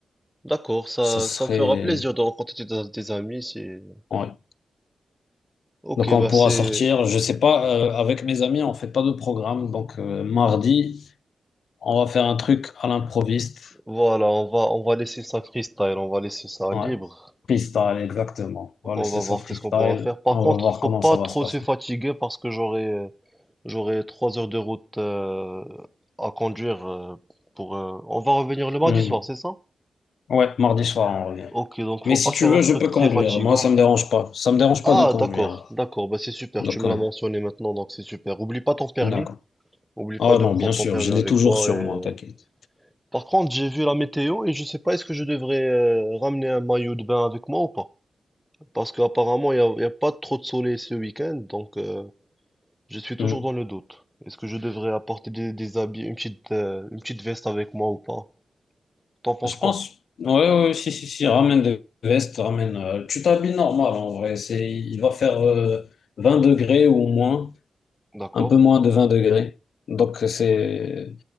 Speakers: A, in the centre; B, on the left.
A: d'accord, ça,
B: ça serait,
A: ça me fera plaisir de rencontrer tes, tes amis. C'est
B: ouais.
A: ok,
B: Donc, on
A: bah
B: pourra
A: c'est
B: sortir. Je sais pas, euh, avec mes amis, on fait pas de programme. Donc, euh, mardi, on va faire un truc à l'improviste.
A: voilà, on va, on va laisser ça freestyle, on va laisser ça
B: Ouais.
A: libre.
B: Freestyle, exactement. On va
A: On
B: laisser
A: va voir
B: ça freestyle.
A: qu'est-ce qu'on pourra faire. Par
B: On
A: contre,
B: va voir
A: faut
B: comment
A: pas
B: ça va
A: trop
B: se passer.
A: se fatiguer parce que j'aurai euh, j'aurai trois heures de route euh, à conduire euh, pour. euh, On va revenir le mardi
B: Hum.
A: soir, c'est ça?
B: Ouais, mardi soir, on revient.
A: Ok, donc faut
B: Mais si
A: pas faire
B: tu veux,
A: un truc
B: je peux
A: très
B: conduire.
A: fatigant.
B: Moi, ça me dérange pas. Ça me dérange
A: Ah,
B: pas de conduire.
A: d'accord, d'accord, bah c'est super.
B: Donc,
A: Tu me
B: ouais.
A: l'as mentionné maintenant, donc c'est super. Oublie pas ton permis.
B: D'accord.
A: Oublie
B: Oh
A: pas de
B: non,
A: prendre
B: bien sûr,
A: ton permis
B: je l'ai
A: avec
B: toujours
A: toi.
B: sur
A: Et... euh,
B: moi, t'inquiète.
A: Par contre, j'ai vu la météo et je sais pas est-ce que je devrais euh, ramener un maillot de bain avec moi ou pas. Parce qu'apparemment, il y a, il y a pas trop de soleil ce week-end, donc. euh, Je suis toujours
B: Hmm.
A: dans le doute. Est-ce que je devrais apporter des, des habits, une petite, euh, une petite veste avec moi ou pas? T'en penses
B: Je
A: quoi?
B: pense. Ouais, ouais, si, si, si, ramène des vestes, ramène. euh, Tu t'habilles normal en vrai. C'est, il va faire euh, 20 degrés ou moins,
A: D'accord?
B: un peu moins de 20 degrés. Donc, c'est.